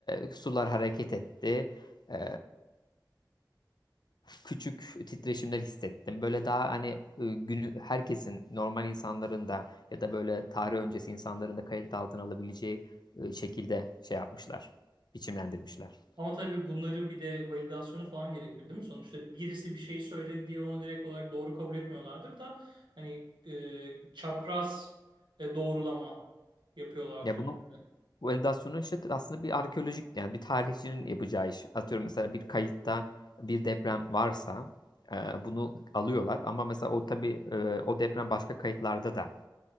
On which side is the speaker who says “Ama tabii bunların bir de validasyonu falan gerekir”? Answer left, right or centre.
Right